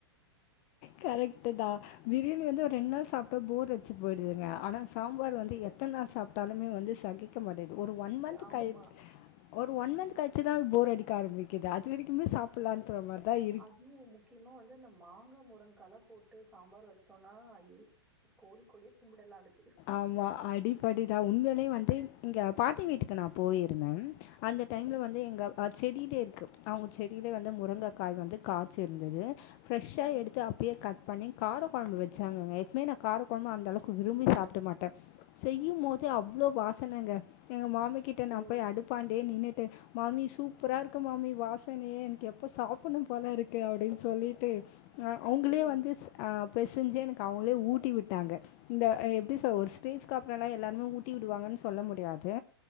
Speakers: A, on the left (about 35°); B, in the centre.
A: கரெக்ட் தா பிரியாணி வந்து ஒரு ரெண்டு நாள் சாப்ட்டா போர் யடிச்சு போயிடுதுங்க ஆனா சாம்பார்
B: ம்.
A: வந்து எத்த நாள் சாப்ட்டாலுமே வந்து சகிக்க மாட்டேங்குது ஒரு ஒன் மந்த்
B: ஆம்மா
A: கழிச்சு ஒரு ஒன் மந்த் கழிச்சுதா போர் அடிக்க ஆரம்பிக்குது அது வரைக்குமே சாப்பில்லான்னு மாத்துர மாரி தா இருக்
B: அதுவா முக்கியோ இன்னு வந்து அந்த மாங்கா முருங்க்களா போட்டு சாம்பார் வச்சோம்னா ஐயயோ கோடி கோடியா கும்படல்லா அதுக்கு
A: ஆமா அடிபடிதா உண்மையிலே வந்து இங்க பாட்டி வீட்டுக்கு நா போயிருந்தே அந்த டைம்ல
B: ம்,
A: வந்து எங்க செடியிலே இருக்கு அவுங்க செடியில வந்து முருங்க முருங்ககாய் வந்து காய்சு இருந்தது ஃப்ரெஷ்சா
B: ம்.
A: எடுத்து அப்ப ப்பே கட் பண்ணி கார கொழம்பு வச்சாங்கங்க எப்பவுமே நா கார கொழம்பு அந்தளவுக்கு விரும்பி சாப்ட்டமாட்டே செய்யு போதே அவ்ளோ வாசனங்க எங்க மாமி கிட்ட நா
B: ஓ!
A: போய் அடுப்பாண்டே நின்ட்டு மாமி சூப்பரா இருக்கு மாமி வாசனையே எனக்கு எப்ப சாப்பின்ணு போல இருக்கு அப்டின்னு சொல்லிட்டு ஆ அவுங்களே
B: ம், ம்.
A: வந்து அ பெசஞ்சு எனக்கு அவுங்களே ஊட்டி விட்டாங்க இந்த எப்டி சொ ஒரு ஸ்டேஜ் அப்றோல்லா எல்லாருமே ஊட்டி விடுவாங்கன்னு சொல்ல முடியாது